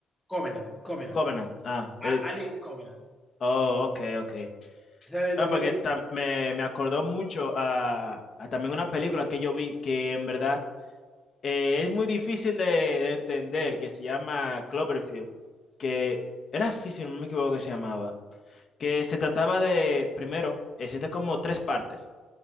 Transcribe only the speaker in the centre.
Covenant, Covenant.
A- Alien Covenant.
Sí.
Esa es del
2017.